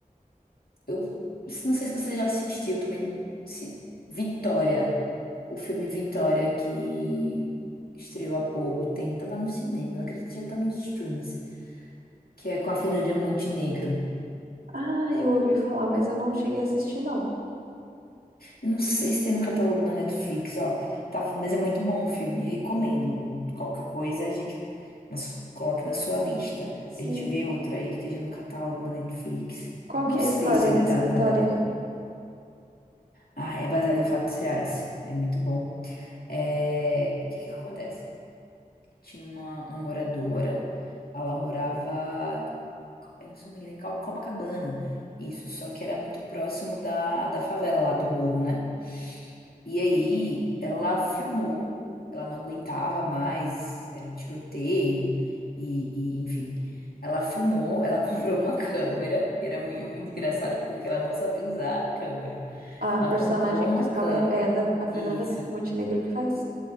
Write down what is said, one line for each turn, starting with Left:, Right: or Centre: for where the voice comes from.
Left: Eu não sei se você já assistiu também. Se... Vitória, o filme Vitória que estreou há pouco tempo, tava no cinema, eu acredito que já tá nos streams, que é com a Fernanda Montenegro.
Right: Ah, eu ouvi falar, mas eu não cheguei a assistir, não.
Left: Eu não sei se tem no catálogo da Netflix, ó. Tava, mas é muito bom o filme, recomendo. Qualquer coisa a gente mas coloque na sua lista.
Right: Sim.
Left: A gente vê outro aí que esteja no catálogo da Netflix.
Right: Qual
Left: Não
Right: que é
Left: sei
Right: a história
Left: se ele
Right: desse
Left: tá, na
Right: Vitória?
Left: verdade. Ah, é baseado em fatos reais. É muito bom. É, O que que acontece? Tinha uma, uma moradora, ela morava, eu não sei me engano, em Copacabana. Isso, só que era muito próximo da, da favela lá do morro, né? E aí ela filmou, ela não aguentava mais, era tiroteio, e, e, enfim. Ela filmou, ela <laughs> comprou uma câmera, e era mui- muito engraçado porque ela não sabia usar a câmera.
Right: A
Left: Ela
Right: personagem
Left: comprou uma
Right: principal
Left: câmera,
Right: é é a da a
Left: isso,
Right: Fernanda Montenegro que faz?